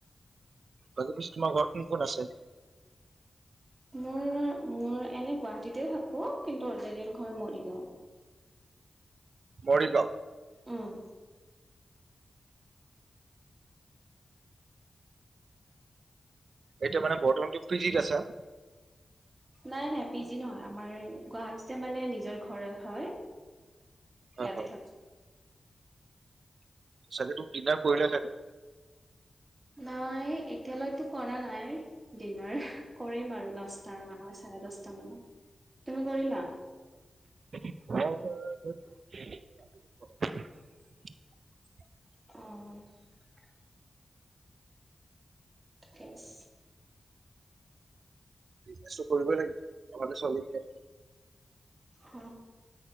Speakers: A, on the right (about 70°); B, on the right (about 30°).
A: বাক পছ তোমাৰ ঘৰত কোন কোন আছে?
B: মোৰ মোৰ এনে গুৱাহাটীতে থাকো কিন্তু অৰিজিনেল ঘৰ মৰিগাঁও
A: মৰিগাঁও
B: উম।
A: এতিয়া মানে বৰ্তমানটো পি জি ত আছা
B: নাই নাই পি জি নহয় আমাৰ গুৱাহাটীতে মানে নিজৰ ঘৰত হয়
A: হয়
B: ইয়াতে
A: হয়
B: থাত।
A: চাগে তো ডিনাৰ কৰিলানে নাই?
B: নাই এতিয়ালৈতো কৰা নাই ডিনাৰ কৰিম বাৰু দশটা চাৰে দশটা মানত তুমি কৰিলা?
A: অ <unintelligible>
B: অ ইএছ
A: বিজনেচ তো কৰিবই লাগিব নহলে চলিম কেনেকে
B: হ